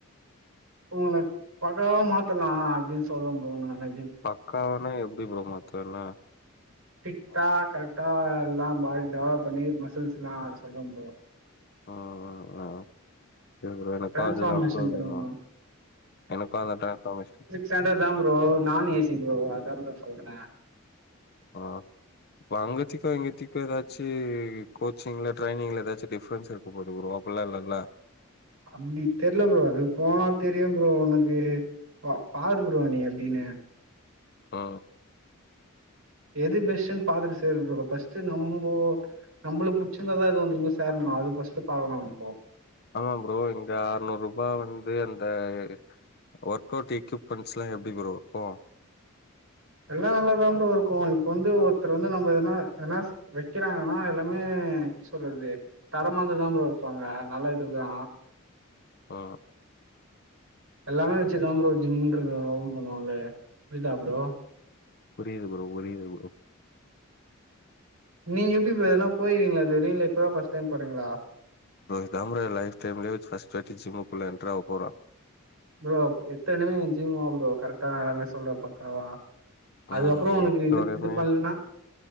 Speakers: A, on the right; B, on the left.
A: உங்கள பக்காவ மாத்தலா அப்டின் சொல்ற ப்ரோ நானு
B: பக்காவனா எப்டி ப்ரோ மத்துவ என்ன
A: ஃபிட்டா கரெக்டா எல்லாம் பாடி டெவலப் பண்ணி மசில்ஸ்லா அதசொல்ற ப்ரோ
B: ஒ ஒ ஒ இல ப்ரோ எனக்
A: டிரான்ஸ்ஃபார்மேஷன்
B: பாத்துதா ப்ரோ
A: கொடுங்க
B: வேணு என்னக் பாக்க ட்ரான்ஃபார்மேஷ்ட்
A: சாண்ட்ரட் தா ப்ரோ நான் ஏசி ப்ரோ அதா ப்ரோ சொல்ற
B: ஆ வா அங்கத்திக்கு இங்கத்திக்கு ஏதாச்சி கோச்சிங்ல ட்ரைனிங்ல ஏதாச்சு டிஃப்ரன்ஸ் இருக் உப்பு போட்டுக்றோ அப்பல்லா இல்லல்ல
A: அம்டிக் தெர்ல ப்ரோ அது போனா தெரியும் ப்ரோ உனக்கு வா பாரு ப்ரோ நீ எப்டின்ணு
B: அ ஆ
A: எது பெஷ்ஷுன் பாத்துட்டு சேர் ப்ரோ பஷ்ட்டு நம்போ நம்ப்லுக் புடிச்சந்ததா எது நீங்க சேர்னுமா அது பஷ்ட்டு பாக்கணும் ம்போ
B: ஆனா ப்ரோ இங்க ஆற்நூருபா வந்து அந்த எ வர்க் அவட் இக்யூப்பண்ஸ்லா எப்டி ‌ ப்ரோ க்கு
A: எல்லா நல்லாாதா ப்ரோ இருக்கு இப் வந்து ஒருத்தர் வந்து நம்ப என்னா என்னாஸ் வெக்கறாங்கன்னா எல்லாமே ப்டி சொல்லற்தே தரமாந்துதா ப்ரோ வெப்பாங்க நல்ல இதுதா
B: ஆ
A: எல்லாமே வச்சுதா ப்ரோ ஜிம்ன்ற ஓபன் பண்ணுவாங்ளே புரிதா ப்ரோ
B: புரியுது ப்ரோ உரியது ப்ரோ
A: நீங்க எப்டி ப்ரோ எதுனா போய்றீங்ளா இதுவரையு இல்ல இப்பதா பஸ் டைம் பொறீங்களா
B: ப்ரோ இதா ப்ரோ ய லைஃப் டைம்லு ஃபஸ்ட் வாட்டி ஜிம்முக்குள்ள என்ட்றாவ் போறோ
A: ப்ரோ ஆஃப் எத்தனமே எ ஜிம் வா ப்ரோ கரக்டா நாலாமே சொல்ற பக்காவா அது
B: ம்
A: அப்றோ
B: நீங்க
A: உனக்கு
B: எடுத்தோடையுமே
A: இதுப் இது பண்ல்ன்னா